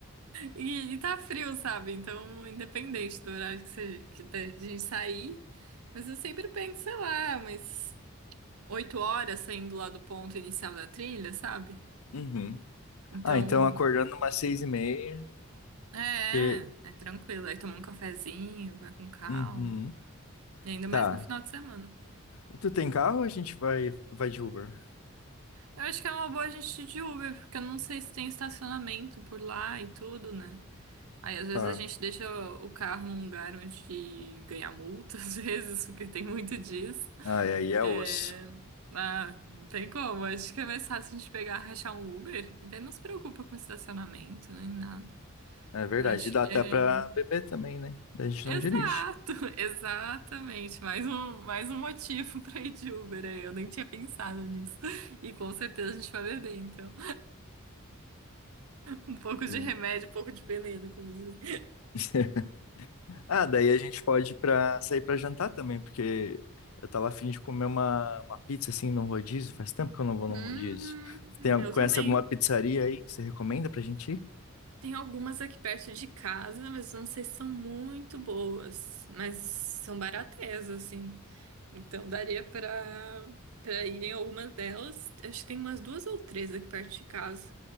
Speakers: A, on the right; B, on the left.
A: E, e tá frio, sabe? Então, independente do horário que, seja, que da gente sair, mas eu sempre penso, sei lá, umas oito horas saindo lá do ponto inicial da trilha, sabe?
B: Uhum.
A: Então,
B: Ah, então acordando umas seis e meia.
A: é,
B: Que...
A: é tranquilo. Aí toma um cafezinho, vai com calma.
B: Uhum.
A: E ainda
B: Tá.
A: mais no final de semana.
B: E tu tem carro ou a gente vai, vai de Uber?
A: Eu acho que é uma boa a gente ir de Uber, porque eu não sei se tem estacionamento por lá e tudo, né? Aí às vezes
B: Tá.
A: a gente deixa o carro num lugar onde ganha multa, <laughs> às vezes, porque tem muito disso.
B: Ah, e aí é
A: É...
B: osso.
A: Ah, não tem como. Acho que é mais fácil a gente pegar, rachar um Uber. E daí não se preocupa com estacionamento, nem nada.
B: É verdade.
A: Eu acho
B: E dá
A: que
B: até
A: é.
B: pra beber também, né? Daí A gente
A: Exato,
B: não dirige.
A: <laughs> exatamente. Mais um, mais um motivo <laughs> pra ir de Uber aí. Eu nem tinha pensado nisso. E com certeza a gente vai beber, então. Um pouco
B: Hum.
A: de remédio, um pouco de veneno, como dizem.
B: <laughs> Ah, daí a gente pode para sair para jantar também, porque eu tava afim de comer uma, uma pizza assim num rodízio. Faz tempo que eu não vou
A: Hum,
B: num rodízio. Tem, al-
A: eu
B: conhece
A: também.
B: alguma pizzaria aí que você recomenda pra gente ir?
A: Tem algumas aqui perto de casa, mas não sei se são muito boas. Mas são baratas, assim. Então daria pra, pra ir em algumas delas. Acho que tem umas duas ou três aqui perto de casa.